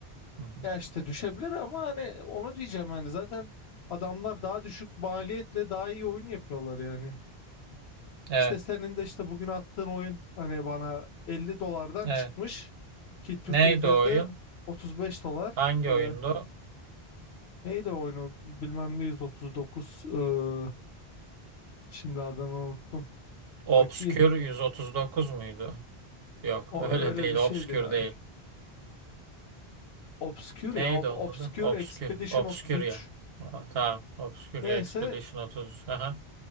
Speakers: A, on the right (about 70°); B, on the left (about 90°).
A: Hı hı.
B: Ya işte düşebilir ama hani onu diyeceğim yani zaten adamlar daha düşük maliyetle daha iyi oyun yapıyorlar yani.
A: Evet.
B: İşte senin de işte bugün attığın oyun hani bana 50 dolardan
A: Evet.
B: çıkmış ki Türkiye
A: Neydi
B: fiyatı
A: o oyun?
B: 35 dolar.
A: Hangi
B: Ee,
A: oyundu?
B: neydi o oyunu bilmem ne 139 ee, şimdi adını unuttum.
A: Obscure
B: Bakayım
A: 139 muydu? Yok,
B: o
A: <laughs> öyle
B: öyle
A: değil.
B: bir
A: Obscure
B: şeydi galiba.
A: değil.
B: Obscure
A: Neydi
B: ya Ob-
A: onun
B: Obscure
A: adı? Obscure.
B: Expedition
A: Obscuria.
B: 33.
A: Aa, tamam. Obscuria
B: Neyse
A: Expedition 33. Aha.